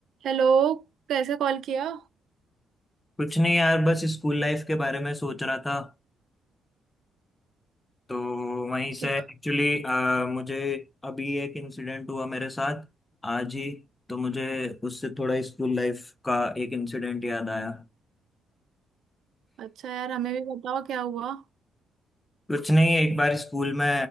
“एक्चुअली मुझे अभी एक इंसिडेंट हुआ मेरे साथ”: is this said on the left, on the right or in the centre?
Left